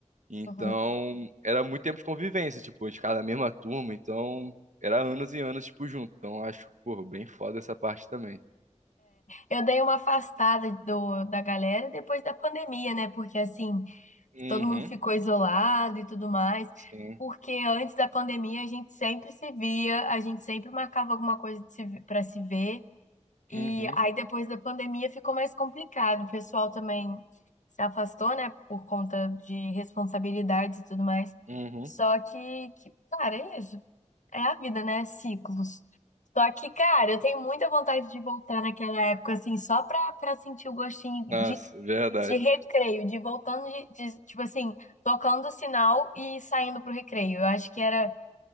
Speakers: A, on the right (about 85°); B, on the left (about 85°).
A: Então,
B: aham.
A: era muito tempo de convivência, tipo, a gente ficava na mesma turma, então, era anos e anos, tipo, junto. Então, eu acho, pô, bem foda essa parte também.
B: Eu dei uma afastada do, da galera depois da pandemia, né? Porque assim,
A: Uhum,
B: todo mundo ficou isolado e tudo mais.
A: sim.
B: Porque antes da pandemia a gente sempre se via, a gente sempre marcava alguma coisa de se, para se ver. E
A: Uhum,
B: aí, depois da pandemia, ficou mais complicado. O pessoal também se afastou, né, por conta de responsabilidades e tudo mais.
A: uhum.
B: Só que, que, cara, é isso. É a vida, né? Ciclos. Só que, cara, eu tenho muita vontade de voltar naquela época, assim, só pra, pra sentir o gostinho
A: Nossa,
B: de,
A: verdade.
B: de recreio, de voltando, de, de, tipo assim, tocando o sinal e saindo pro recreio. Eu acho que era.